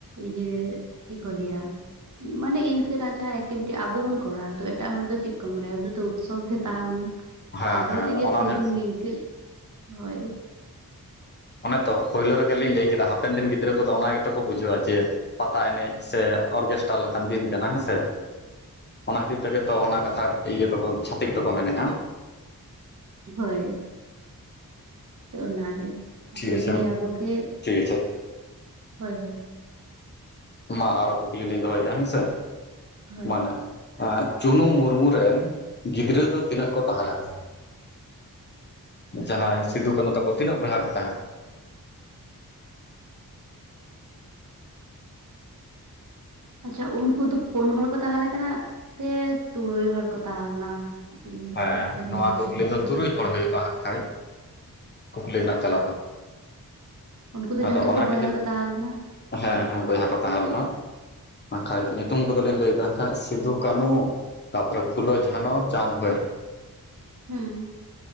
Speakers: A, on the right (about 55°); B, on the left (about 30°).
A: ᱤᱭᱟᱹ ᱪᱮᱫ ᱠᱚ ᱞᱟᱹᱭᱟ ᱢᱟᱱᱮ ᱤᱱᱠᱟᱹᱱᱟᱜ ᱡᱟᱦᱟᱸ ᱮᱠᱴᱤᱵᱷᱤᱴᱤ ᱟᱵᱚ ᱵᱚᱱ ᱠᱚᱨᱟᱣ ᱛᱚ ᱮᱴᱟᱜ ᱦᱚᱲ ᱫᱚ ᱪᱮᱫ ᱠᱚ ᱢᱚᱱᱮᱭᱟ ᱦᱩᱞ ᱫᱚ ᱩᱛᱥᱚᱵᱽ ᱜᱮ ᱛᱟᱦᱮ ᱞᱮᱱᱟ ᱾
B: ᱦᱮᱸ
A: ᱛᱚ ᱟᱵᱚ
B: ᱦᱮᱸ
A: ᱛᱮᱜᱮ
B: ᱚᱱᱟ
A: ᱥᱮ
B: ᱦᱩᱭᱩᱜ
A: ᱫᱤᱱ ᱱᱤᱝᱠᱟᱹ ᱦᱚᱭ
B: ᱚᱱᱮ ᱛᱚ ᱯᱳᱭᱞᱳ ᱨᱮᱜᱮ ᱞᱤᱧ ᱞᱟᱹᱭ ᱠᱮᱫᱟ ᱦᱟᱯᱮᱱ ᱫᱤᱱ ᱜᱤᱫᱽᱨᱟᱹ ᱠᱚᱫᱚ ᱚᱱᱟ ᱜᱮᱛᱚ ᱠᱚ ᱵᱩᱡᱷᱟᱹᱣᱟ ᱡᱮ ᱯᱟᱛᱟ ᱮᱱᱮᱡ ᱥᱮ ᱚᱨᱜᱮᱥᱴᱟᱨ ᱞᱮᱠᱟᱱ ᱫᱤᱱ ᱠᱟᱱᱟ ᱦᱮᱸᱥᱮ ᱚᱱᱟ ᱠᱷᱟᱹᱛᱤᱨ ᱛᱮᱜᱮ ᱛᱚ ᱚᱱᱟ ᱠᱟᱛᱷᱟ ᱤᱭᱟᱹ ᱫᱚᱠᱚ ᱪᱷᱟᱹᱛᱤᱠ ᱫᱚᱠᱚ ᱢᱮᱱᱮᱜᱼᱟ᱾
A: ᱦᱳᱭ ᱛᱳ ᱚᱱᱟᱜᱮ
B: ᱴᱷᱤᱠ
A: ᱡᱮ ᱡᱩᱫᱤ
B: ᱟᱪᱷᱮ
A: ᱟᱵᱚ ᱜᱮ
B: ᱴᱷᱤᱠ ᱟᱪᱷᱮ
A: ᱦᱳᱭ ᱦᱳᱭ
B: ᱢᱟ ᱟᱨᱚ ᱠᱩᱠᱞᱤ ᱞᱤᱧ ᱫᱚᱦᱚᱭᱫᱟ ᱦᱮᱸᱥᱮ
A: ᱦᱳᱭ
B: ᱢᱟᱱᱮ ᱟᱸᱡ ᱪᱩᱱᱩ ᱢᱩᱨᱢᱩ ᱨᱮᱱ ᱜᱤᱫᱽᱨᱟᱹ ᱫᱚ ᱛᱤᱱᱟᱹᱜ ᱠᱚ ᱛᱟᱦᱮᱸ ᱞᱮᱱ ᱛᱟᱦᱮᱸ ᱞᱮᱱᱛᱟᱭᱟ? ᱡᱟᱦᱟᱸᱭ ᱥᱤᱫᱩ ᱠᱟᱱᱩ ᱛᱟᱠᱚ ᱛᱤᱱᱟᱹᱜ ᱵᱚᱭᱦᱟ ᱠᱚ ᱛᱟᱦᱮᱸᱱᱟ?
A: ᱟᱪᱪᱷᱟ ᱩᱱᱠᱩ ᱫᱚ ᱯᱩᱱ ᱦᱚᱲ ᱠᱚ ᱛᱟᱦᱮᱸ ᱞᱮᱠᱟᱱᱟ ᱥᱮ ᱛᱩᱨᱩᱭ ᱦᱚᱲ ᱠᱚ ᱛᱟᱦᱮᱸ ᱞᱮᱱᱟ? ᱟᱹᱞᱤᱧ ᱫᱚ
B: ᱦᱮᱸ
A: ᱵᱟᱹᱞᱤᱧ
B: ᱱᱚᱣᱟ
A: ᱵᱟᱲᱟᱭᱟ
B: ᱠᱩᱠᱞᱤ
A: ᱴᱷᱤᱠᱴᱷᱟᱠ
B: ᱫᱚ ᱛᱩᱨᱩᱭ
A: ᱾
B: ᱦᱚᱲ ᱦᱩᱭᱩᱜᱼᱟ ᱦᱟᱜᱠᱷᱟᱡ ᱠᱷᱟᱡ ᱠᱩᱠᱞᱤ ᱨᱮᱱᱟᱜ
A: ᱟᱪᱪᱷᱟ
B: ᱛᱮᱞᱟ ᱫᱚ ᱾
A: ᱩᱱᱠᱩ ᱫᱚ
B: ᱟᱫᱚ
A: ᱡᱷᱚᱛᱚ
B: ᱚᱱᱟ
A: ᱵᱚᱭᱦᱟ
B: ᱜᱮ ᱦᱩᱭᱩᱜ
A: ᱠᱚ ᱛᱟᱦᱮᱸ ᱞᱮᱱᱟ
B: ᱦᱮᱸ ᱦᱮᱸ ᱵᱚᱭᱦᱟ ᱠᱚ ᱛᱟᱦᱮᱸ ᱞᱮᱱᱟ ᱾ ᱵᱟᱝᱠᱷᱟᱡ ᱧᱩᱛᱩᱢ ᱠᱚᱫᱚᱞᱤᱧ ᱞᱟᱹᱭᱫᱟ ᱦᱟᱜᱠᱷᱟᱱᱡ ᱥᱤᱫᱩ, ᱠᱟᱹᱱᱩ, ᱛᱟᱯᱚᱨᱮ ᱯᱷᱩᱞᱳ, ᱡᱷᱟᱱᱳ, ᱪᱟᱱᱫᱽ ᱦᱳᱭ
A: ᱦᱩᱸ